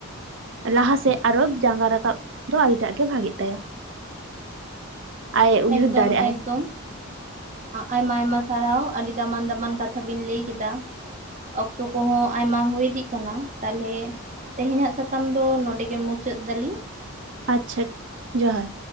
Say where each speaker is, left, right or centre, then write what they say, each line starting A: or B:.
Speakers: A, on the right (about 55°); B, on the right (about 35°).
A: ᱞᱟᱦᱟ ᱥᱮᱫ ᱟᱨᱦᱚ ᱡᱟᱸᱜᱟ ᱨᱟᱠᱟᱵ ᱫᱚ ᱟᱹᱰᱤᱴᱟᱜ ᱜᱮ ᱵᱷᱟᱜᱤᱜ ᱛᱟᱭᱟ ᱾ ᱟᱡ
B: ᱮᱠᱫᱚᱢ
A: ᱩᱭᱦᱟᱹᱨ ᱫᱟᱲᱮᱭᱟᱜᱼᱟᱭ
B: ᱮᱠᱫᱚᱢ
A: ᱾
B: ᱟᱭᱢᱟ ᱟᱭᱢᱟ ᱥᱟᱨᱦᱟᱣ ᱟᱹᱰᱤ ᱫᱟᱢᱟᱱ ᱫᱟᱢᱟᱱ ᱠᱟᱛᱷᱟ ᱵᱤᱱ ᱞᱟᱹᱭ ᱠᱮᱫᱟ᱾ ᱚᱠᱛᱚ ᱠᱚᱦᱚᱸ ᱟᱭᱢᱟ ᱦᱩᱭ ᱤᱫᱤᱜ ᱠᱟᱱᱟ ᱛᱟᱦᱚᱞᱮ ᱛᱮᱦᱮᱧᱟᱜ ᱥᱟᱛᱟᱢ ᱫᱚ ᱱᱚᱸᱰᱮ ᱜᱮ ᱢᱩᱪᱟᱹᱫ ᱫᱟᱞᱤᱧ ᱾
A: ᱟᱪᱪᱷᱟ ᱡᱚᱦᱟᱨ᱾